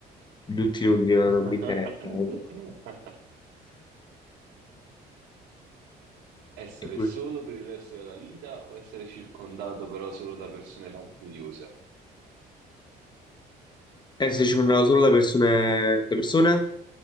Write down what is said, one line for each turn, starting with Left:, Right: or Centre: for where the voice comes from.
Left: Tutti inutili, ma
Right: <laughs>
Left: non mi interessa. <laughs> comunque.
Right: Essere
Left: E qui-
Right: solo per il resto della vita o essere circondato però solo da persone fastidiose?
Left: eh, se ci sono solo le persone... Le persone?